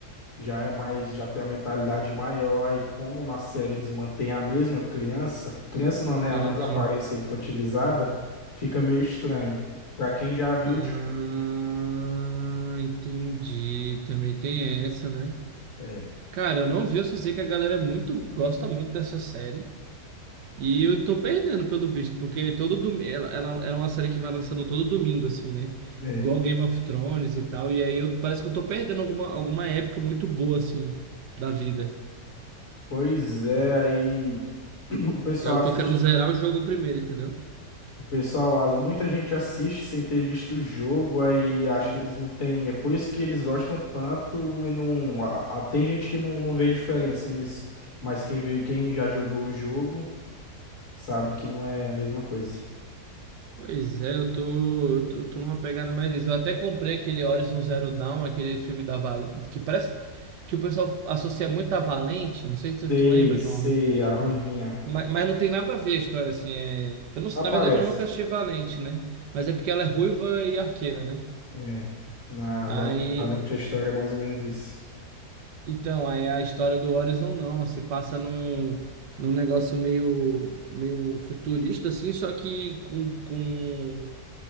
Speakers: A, on the left; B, on the right.
A: já é mais, já tem uma mentalidade maior, e como na série eles mantêm a mesma criança, criança não, né?
B: entendi.
A: A mesma aparência infantilizada, fica meio estranho. Pra quem já viu
B: Ah,
A: o jogo.
B: entendi. Também tem essa, né?
A: É,
B: Cara, eu não vi, eu só sei que a galera é muito, gosta muito dessa série. E eu tô perdendo, pelo visto, porque todo domingo. Ela, ela, é uma série que vai lançando todo domingo, assim, né?
A: é.
B: Igual Game of Thrones e tal. E aí eu, parece que eu tô perdendo alguma, alguma época muito boa, assim, da vida.
A: Pois é, aí <clears throat> o pessoal
B: Aí eu
A: assiste.
B: tô querendo zerar o jogo primeiro, entendeu?
A: Pessoal, as- muita gente assiste sem ter visto o jogo, aí acho que eles não têm. É por isso que eles gostam tanto e não. a- a- tem gente que não, não vê diferença nisso. Mas quem vê, quem já jogou o jogo sabe que não é a mesma coisa.
B: Pois é, eu tô, eu tô, eu tô numa pegada mais isso. Eu até comprei aquele Horizon Zero Dawn, aquele filme da Val... que parece que o pessoal associa muito a Valente. Não sei se tu,
A: Sei,
B: tu lembra,
A: sei,
B: que é uma,
A: a Ruivinha.
B: Mas, mas não tem nada a ver a história, assim. É... Eu não,
A: Só aparece.
B: na verdade, eu nunca assisti Valente, né? Mas é porque ela é ruiva e arqueira, né?
A: É. Na
B: Aí,
A: Val- Valente a História é mais ou menos isso.
B: então, aí a história do Horizon não, se passa num, num negócio meio, meio futurista, assim, só que com, com,